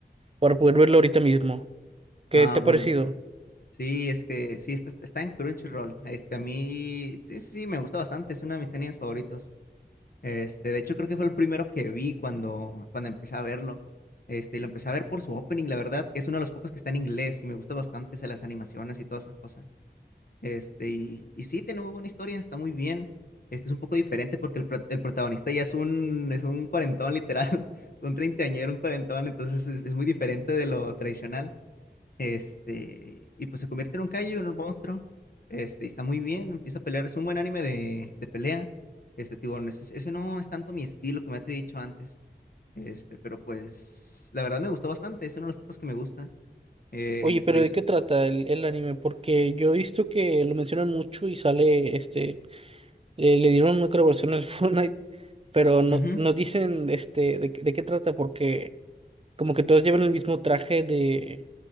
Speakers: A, on the right; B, on the left.
A: para poder verlo ahorita mismo. ¿Qué
B: Ah,
A: te ha
B: bueno.
A: parecido?
B: Sí, es que sí, está, está en Crunchyroll. Este, a mí, sí, sí, sí, me gusta bastante. Es uno de mis animes favoritos. Este, de hecho, creo que fue el primero que vi cuando, cuando empecé a verlo. Este, y lo empecé a ver por su opening, la verdad, que es uno de los pocos que está en inglés y me gusta bastante, o sea, las animaciones y todas esas cosas. Este, y, y sí, tiene muy buena historia, está muy bien. Este es un poco diferente porque el, pro- el protagonista ya es un, es un cuarentón, literal, <laughs> un treintañero, un cuarentón, entonces es, es muy diferente de lo tradicional. Este, y pues se convierte en un kaiju, en un monstruo. Este, y está muy bien, empieza a pelear, es un buen anime de, de pelea. Este, tipo, ese, ese no es tanto mi estilo, como ya te he dicho antes. Este, pero pues, la verdad me gustó bastante, es uno de los pocos que me gusta. Eh,
A: Oye,
B: y te
A: pero
B: digo, yo
A: ¿de
B: soy-
A: qué trata el, el anime? Porque yo he visto que lo mencionan mucho y sale, este, eh, le dieron otra versión al <laughs> Fortnite, pero no,
B: Ujú,
A: no dicen, este, de, qué- de qué trata, porque como que todos llevan el mismo traje de,